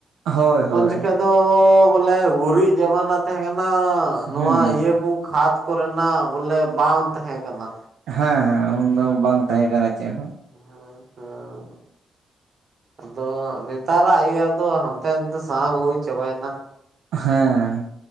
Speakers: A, on the right (about 80°); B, on the right (about 55°).
A: ᱦᱳᱭ ᱦᱳᱭ
B: ᱩᱱ ᱡᱚᱠᱷᱮᱡ᱾ ᱛᱚ ᱵᱚᱞᱮ ᱜᱩᱨᱤᱡ ᱡᱟᱢᱟᱱᱟ ᱛᱟᱦᱮᱸ ᱠᱟᱱᱟ ᱱᱚᱣᱟ
A: ᱦᱮᱸ
B: ᱤᱭᱟᱹ ᱠᱩ ᱠᱷᱟᱛ ᱠᱚᱨᱮᱱᱟᱜ ᱵᱚᱞᱮ ᱵᱟᱝ ᱛᱟᱦᱮᱸ ᱠᱟᱱᱟ᱾
A: ᱦᱮᱸ ᱦᱮᱸ ᱩᱱᱫᱚ ᱵᱟᱝ ᱛᱟᱦᱮᱸ ᱠᱟᱱᱟ ᱪᱮᱫ ᱦᱚᱸ᱾
B: ᱦᱮᱸ ᱦᱮᱸ᱾ ᱟᱫᱚ ᱱᱮᱛᱟᱨᱟᱜ ᱤᱭᱟᱹ ᱫᱚ ᱦᱟᱱᱛᱮ ᱱᱟᱱᱛᱮ ᱥᱟᱦᱟᱢ ᱦᱩᱭ ᱪᱟᱵᱟᱭᱱᱟ᱾
A: ᱦᱮᱸ᱾